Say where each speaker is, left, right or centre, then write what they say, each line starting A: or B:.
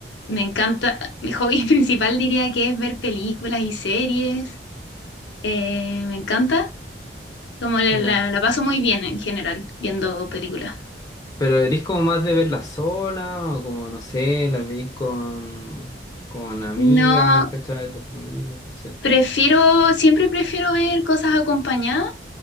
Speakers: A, on the left; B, on the left.
A: me encanta, mi hobby <laughs> principal diría que es ver películas y series. Eh, me encanta, como la,
B: Ya.
A: la- la paso muy bien en general viendo películas.
B: Pero eres como más de ver la zona, o como, no sé, la veis con, con amigas,
A: No,
B: ¿cachai? De tu familia, no sé.
A: prefiero, siempre prefiero ver cosas acompañadas.